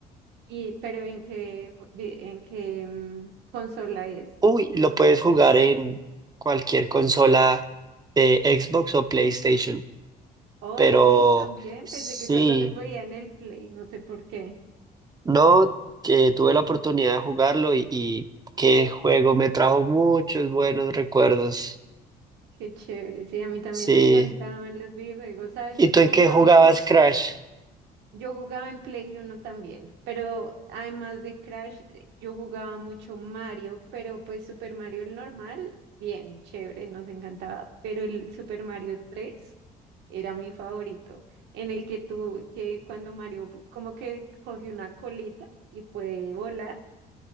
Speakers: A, on the right (about 80°); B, on the right (about 25°).
A: Y, pero ¿en qué, vi- en qué mm, consola es?
B: Uy, lo puedes jugar en cualquier consola de Xbox o PlayStation.
A: Oh,
B: Pero
A: sí, también.
B: sí,
A: Pensé que solo se podía en el Play, no sé por qué.
B: no, que tuve la oportunidad de jugarlo y, y qué juego me trajo muchos buenos recuerdos.
A: Qué chévere. Sí, a mí también
B: Sí.
A: me encantaban los videojuegos. ¿Sabes?
B: ¿Y
A: Yo
B: tú
A: que
B: en
A: jugaba
B: qué jugabas
A: mucho.
B: Crash?
A: Yo jugaba en Play uno también, pero además de Crash, eh, yo jugaba mucho Mario, pero pues Super Mario el normal, bien, chévere, nos encantaba, pero el Super Mario tres era mi favorito, en el que tú, que cuando Mario como que coge una colita y puede volar.